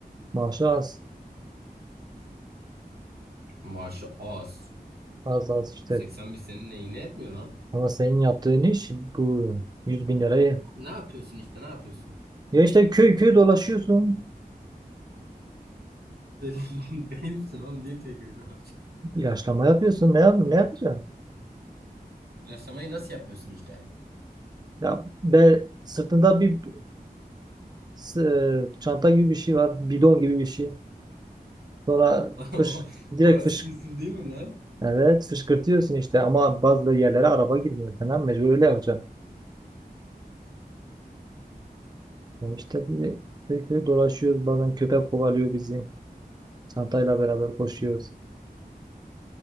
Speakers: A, on the right; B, on the right.
A: Maaşı az.
B: Maaşı az.
A: Az az işte.
B: 80 bin senin neyine etmiyor lan?
A: Ama senin yaptığın iş bu 100 bin lirayı.
B: Ne yapıyorsun işte ne yapıyorsun?
A: Ya işte köy köy dolaşıyorsun.
B: Deli, <laughs> deli misin oğlum? Niye köy köyde maaş?
A: İlaçlama yapıyorsun. Ne yap ne yapacaksın?
B: İlaçlamayı nasıl yapıyorsun işte?
A: Ya be, sırtında bir s- e, çanta gibi bir şey var. Bidon gibi bir şey. Sonra
B: <laughs>
A: fış, direkt
B: O, o eski
A: fış.
B: usul değil mi lan?
A: Evet fışkırtıyorsun işte ama bazı yerlere araba girmiyor falan. Mecbur öyle yapacaksın. Ya işte böyle köy köy dolaşıyoruz. Bazen köpek kovalıyor bizi. Çantayla beraber koşuyoruz.